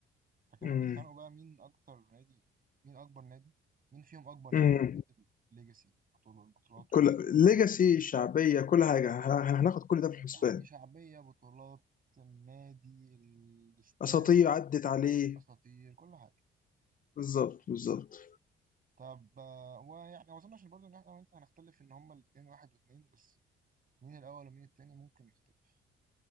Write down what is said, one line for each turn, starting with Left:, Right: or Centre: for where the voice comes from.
Right: فكانوا
Left: أمم،
Right: بيتخانقوا بقى مين اكتر نادي مين اكبر نادي مين فيهم اكبر يعني
Left: أمم.
Right: من حيث الليجاسي بطولة البطولات
Left: كل
Right: وال...
Left: ليجاسي شعبيه كل حاجه ه- هناخد كل ده في الحسبان
Right: يعني شعبية بطولات النادي الاستاد
Left: اساطير عدت عليه
Right: اساطير كل حاجة
Left: بالظبط بالظبط
Right: طب آه، ويعني ما اظنش برضه ان احنا وانت هنختلف ان هما الاثنين واحد واثنين بس مين الاول ومين التاني ممكن نختلف